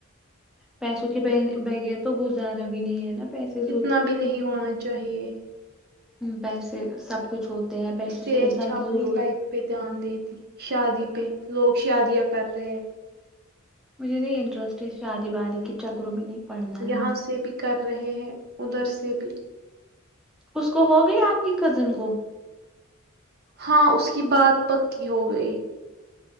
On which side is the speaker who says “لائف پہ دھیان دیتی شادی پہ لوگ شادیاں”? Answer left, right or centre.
Right